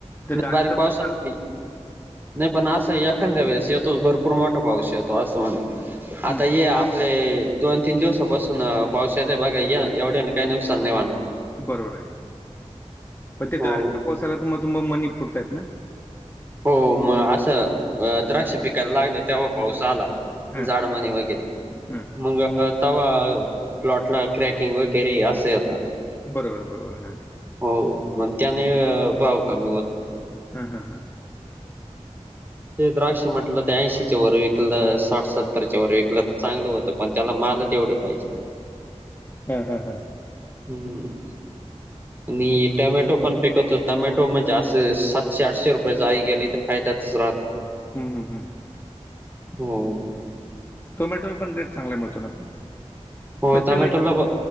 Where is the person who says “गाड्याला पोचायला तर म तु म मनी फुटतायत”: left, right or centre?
Left